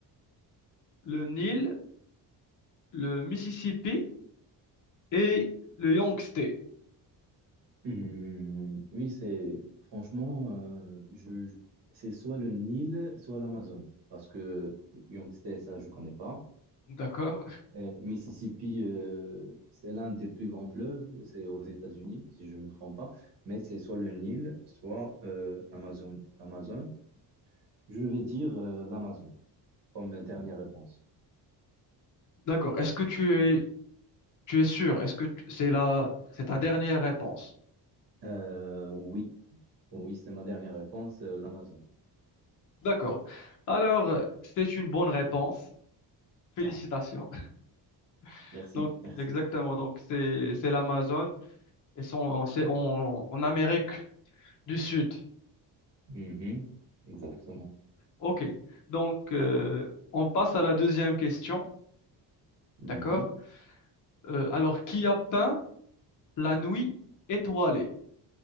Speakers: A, on the left (about 45°); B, on the right (about 75°).
A: le Nil, le Mississippi et le Yangtze.
B: Hum, Oui, c'est franchement, euh, je, je- c'est soit le Nil, soit l'Amazone, parce que Yangtze, ça, je connais pas.
A: D'accord?
B: Euh, Mississippi, euh, c'est l'un des plus grands fleuves. C'est aux États-Unis, si je me trompe pas. Mais c'est soit le Nil, soit euh, l'Amazone. Amazon. Je vais dire l'Amazon. comme dernière réponse.
A: D'accord. Est-ce que tu es, tu es sûr? Est-ce que t- c'est la, c'est ta dernière réponse?
B: Euh, oui, oui, c'est ma dernière réponse, euh, l'Amazon.
A: D'accord. Alors, euh, c'est une bonne réponse. Félicitations.
B: Ah,
A: <laughs>
B: merci,
A: Donc,
B: merci.
A: exactement. Donc, c'est, c'est l'Amazon et sont, c'est en, en Amérique du Sud.
B: Mhm, Exactement.
A: OK. Donc, euh, on passe à la deuxième question.
B: Mhm.
A: D'accord? Euh, alors, qui a peint la nuit étoilée?